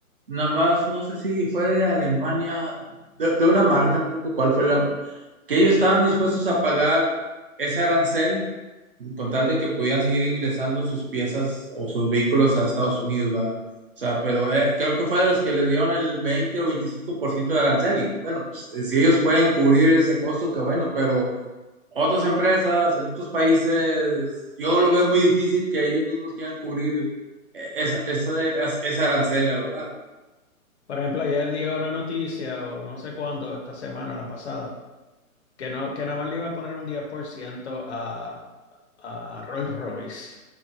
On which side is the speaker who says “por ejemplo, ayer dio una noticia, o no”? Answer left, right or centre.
Left